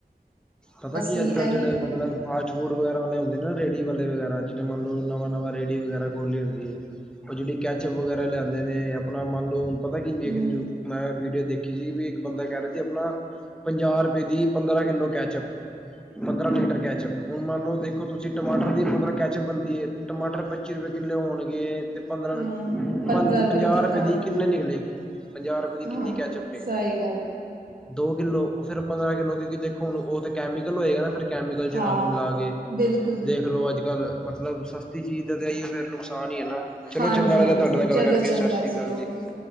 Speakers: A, in the centre; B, on the right.
A: ਪਤਾ ਕੀ
B: ਇਹੀ
A: ਐ ਅੱਜ-ਕੱਲ੍ਹ ਜੇੜੇ ਮਤਲਬ ਫਾਸ ਫੂਡ ਵਗੈਰਾ ਵਾਲੇ ਹੁੰਦੇ ਨਾ ਰੇੜੀ ਵਾਲੇ ਵਗੈਰਾ ਜੇੜੇ ਮੰਨ ਲੋ ਨਵਾਂ-ਨਵਾਂ ਰੇੜੀ ਵਗੈਰਾ ਖੋਲੀ ਹੁੰਦੀ ਏ। ਓਹ ਜੇੜੀ ਕੈਚਅਪ ਵਗੈਰਾ ਲਿਆਂਦੇ ਨੇ ਅਪਣਾ ਮੰਨ ਲੋ ਪਤੈ ਕਿੰਝ
B: ਹੂੰ
A: ਏ ਕਿੰਝ ਮੈਂ ਵੀਡੀਓ ਦੇਖੀ ਸੀਗੀ ਵੀ ਇੱਕ ਬੰਦਾ ਕੈ ਰਿਆ ਸੀ ਅਪਣਾ ਪੰਜਾਹ ਰੁਪਏ ਦੀ ਪੰਦਰਾਂ ਕਿੱਲੋ ਕੈਚ ਅਪ ਪੰਦਰਾਂ ਲੀਟਰ ਕੈਚਅਪ। ਹੁਣ ਮੰਨ ਲੋ ਦੇਖੋ ਤੁਸੀਂ ਟਮਾਟਰ ਦੀ ਪੰਦਰਾਂ ਕੈਚਪ ਬਣਦੀ ਏ ਟਮਾਟਰ ਪੱਚੀ ਰੁਪਏ ਕਿੱਲੋ ਹੋਣਗੇ। ਤੇ ਪੰਦਰਾਂ
B: ਹਾਂ ਪੰਦਰਾਂ
A: ਪੰਜ-ਪੰਜਾਹ
B: ਕਿੱਦਾਂ
A: ਰੁਪਏ ਦੀ ਕਿੰਨੇ ਨਿਕਲੇਗੀ? ਪੰਜਾਹ ਰੁਪਏ ਦੀ ਕਿੰਨੀ
B: ਹਾਂ
A: ਕੈਚਅਪ ਨਿਕਲੇਗੀ?
B: ਸਹੀ ਗੱਲ ਹੈ
A: ਦੋ ਕਿੱਲੋ, ਓਹ ਫੇਰ ਪੰਦਰਾਂ ਕਿੱਲੋ ਕਿਉਂਕਿ ਦੇਖੋ ਹੁਣ ਓਹ ਤੇ ਕੈਮੀਕਲ ਹੋਏਗਾ ਨਾ ਫਿਰ। ਕੈਮੀਕਲ ਚ
B: ਹਾਂ
A: ਰਾੰਗ ਮਿਲਾ ਕੇ,
B: ਬਿਲਕੁਲ ਬਿਲਕੁਲ
A: ਦੇਖਲੋ ਅੱਜ-ਕੱਲ ਮਤਲਬ ਸਸਤੀ ਚੀਜ਼ ਦਾ ਤੇ ਅਈਔ ਫੇਰ ਨੁਕਸਾਨ ਹੀ ਏ ਨਾ, ਚਲੋ
B: ਹਾਂਜੀ
A: ਚੰਗਾ ਲੱਗਿਆ
B: ਹਾਂਜੀ
A: ਤੁਹਾਡੇ ਨਾਲ ਗੱਲ
B: ਚਲੋ
A: ਕਰਕੇ
B: ਚੰਗਾ
A: ਸਤ ਸ੍ਰੀ ਕਾਲ ਜੀ।
B: ਓਕੇ